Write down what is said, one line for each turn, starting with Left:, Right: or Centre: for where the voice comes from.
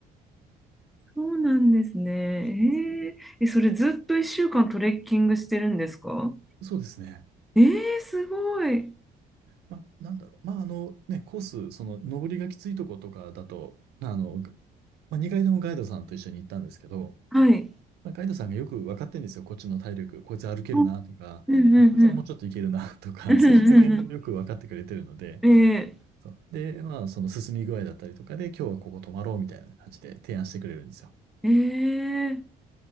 Centre: そうなんですね。
Right: そう
Centre: えええ、それずっと1週間トレッキングしてるんですか
Right: です。そうですね。
Centre: ええすごい。
Right: まあ、なんだろう。まあ、あの、ね、コース、その、登りがきついとことかだと、まあの、まあ、2階ともガイドさんと一緒に行ったんですけど、
Centre: はい。
Right: まあ、ガイドさんがよく分かってるんですよ。こっちの体力。こいつ歩けるなとか、
Centre: うんうんうんうん。
Right: あ、こいつはもうちょっといけるなとか、
Centre: うんうん
Right: <laughs> さじ加減をよく分かってくれてるので、
Centre: うん。ええ
Right: そう。で、まあ、その進み具合だったりとかで、今日はここ泊まろうみたいな感じで提案してくれるんですよ。
Centre: ええ